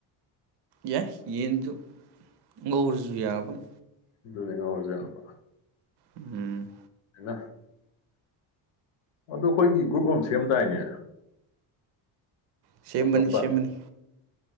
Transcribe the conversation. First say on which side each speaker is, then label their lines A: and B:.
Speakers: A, on the right; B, on the left.
A: ꯌꯥ ꯌꯦꯁꯨꯨ ꯉꯧꯔꯖꯨ ꯌꯥꯕꯣꯏ
B: ꯑꯗꯨꯉꯩ ꯉꯧꯔꯖꯨ ꯌꯕꯥ
A: ꯎꯝ
B: <unintelligible> ꯑꯗ ꯑꯩꯈꯣꯏꯒꯤ ꯒ꯭ꯔꯨꯞ ꯑꯃ ꯁꯦꯝꯗꯥꯏꯅꯦ
A: ꯁꯦꯝꯕꯅꯤ
B: ꯋꯥꯆꯞꯇ
A: ꯁꯦꯝꯕꯅꯤ